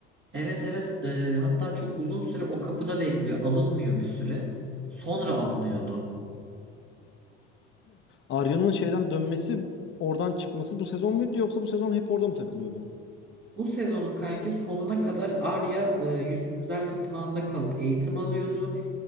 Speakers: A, on the right; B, on the left.
A: Evet evet e, hatta çok uzun süre o kapıda bekliyor. Alınmıyor bir süre. Sonra alınıyordu.
B: Arya'nın şeyden dönmesi, oradan çıkması bu sezon muydu yoksa bu sezon hep orada mı takılıyordu?
A: Bu sezonun kanki sonuna kadar Arya e, Yüzsüzler Tapınağı'nda kalıp eğitim alıyordu.